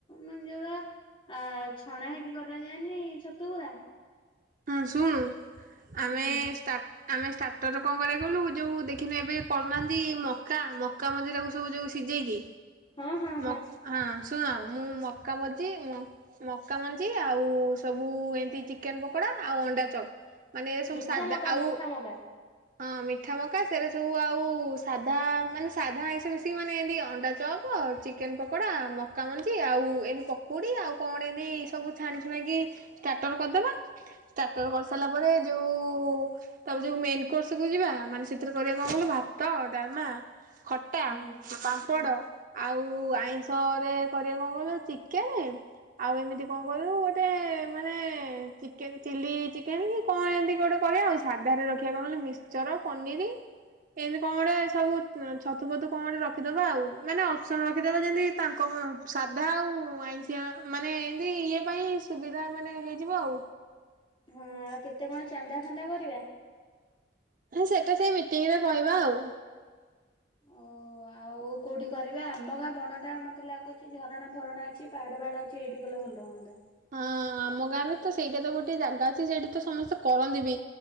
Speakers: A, on the left; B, on the right.
A: ମାନେ ଯୋଉାରା ଆ, ଛଣା ହେଇକି କରାଯାଏନି ଛତୁ ଗୁରା।
B: ହଁ ଶୁଣୁ। ଆମେ
A: ହୁଁ
B: ଷ୍ଟା ଆମେ ଷ୍ଟାର୍ଟରରେ କଣ କରିବା କହିଲୁ ଯୋଉ ଦେଖିନୁ ଏବେ କରୁନାହାନ୍ତି ମକା ମକା ମଞ୍ଜି ତାକୁ ସବୁ ଯୋଉ ସିଜେଇକି
A: ହଁ ହଁ
B: ମକ୍ ହଁ। ଶୁଣ ମୁଁ ମକା ମଞ୍ଜି ମକ୍ ମକା ମଞ୍ଜି ଆଉ ସବୁ ଏମିତି ଚିକେନ ପକ୍ କଡା ଆଉ ଅଣ୍ଡା ଚପ୍।
A: ମିଠା
B: ସାଧା
A: ମକା
B: ଆଉ
A: ମିଠା ମକା।
B: ହଁ ମିଠା ମକା ସେରା ସବୁ ଆଉ ସାଧା ମାନେ ସାଧା ଆଇଁଷ ମିଶିକି ମାନେ ଏତି ଅଣ୍ଡା ଚପ ଚିକେନ ପକୋଡା ମକା ମଞ୍ଜି ଆଉ ଏମିତି ପକୁଡି ଆଉ କଣ ଏମିତି ସବୁ ଛାଣି ଛୁଣିକି ଷ୍ଟାର୍ଟର କରିଦବା। ଷ୍ଟାର୍ଟର କରିସାରିଲା ପରେ ଯୋଉ ତାପରେ ଯୋଉ ମେନ କୋର୍ସ କୁ ଯିବା ମାନେ ସେଥିରେ କରିବା କଣ କହିଲୁ ଭାତ, ଡାଲମା ଖଟା
A: ହୁଁ
B: ପାମ୍ପଡ଼
A: ହୁଁ।
B: ଆଉ ଆଉ ଆଇଁଷ ରେ କରିବା କଣ କହିଲୁ ଚିକେନ ଆଉ ଏମିତି କଣ କହିଲୁ ଗୋଟେ ମାନେ ଚିକେନ ଚିଲ୍ଲି ଚିକେନ କି କଣ ଏମିତି ଗୋଟେ କରିବା ଆଉ ସାଧରେ ରଖିବା କଣ କହିଲୁ ମିକ୍ଚର ପନିରି ଏମିତି କଣ ଗୋଟେ ସବୁ ଛତୁ ଫତୁ କଣ ଗୋଟେ ରଖିଦବା ଆଉ ମାନେ ଅପସନ ରଖିଦବା ଯେମତି ତାଙ୍କ ସାଧା ଆଉ ଆଇଁଷିଆ ମାନେ ଏମିତି ଇଏ ପାଇଁ ସୁବିଧା ମାନେ ହେଇଯିବ ଆଉ।
A: ହଁ ଆଉ କେତେ କଣ ଚାନ୍ଦା ଫାନ୍ଦା କରିବା?
B: ସେଇଟା ସେ ମିଟିଂରେ କହିବା ଆଉ।
A: ଓହୋ ଆଉ କୋଉଠି କରିବା ଆମ ଗାଁ ବଣ ଟା ମତେ ଲାଗୁଛି ଝରଣା ଫରଣା ଅଛି ପାହାଡ ପାହାଡ ଅଛି ଏଇଠି କଲେ ଭଲ ହୁଅନ୍ତା।
B: ହଁ ଆମ ଗାଁରେ ତ ସେଇଟା ତ ଗୋଟେ ଜାଗା ଅଛି ସେଇଠି ତ ସମସ୍ତେ କରନ୍ତି ବି